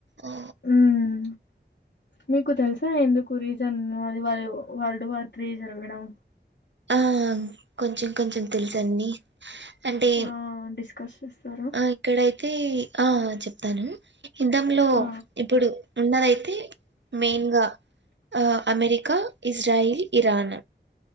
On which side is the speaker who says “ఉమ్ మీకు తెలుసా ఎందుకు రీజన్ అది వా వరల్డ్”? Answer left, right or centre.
Left